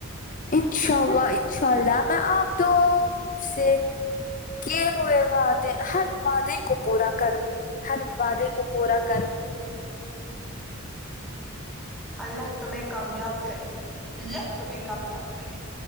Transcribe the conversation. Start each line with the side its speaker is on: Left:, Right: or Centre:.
Left: انشاء اللہ انشاء اللہ میں آپ دونوں سے سے کی ہوئے واد ہر وعدے کو پورا کروں گی ہر وعدے کو پورا کروں گی
Centre: اللہ تمہیں کامیاب کرے ال تمہے کامیاب کرے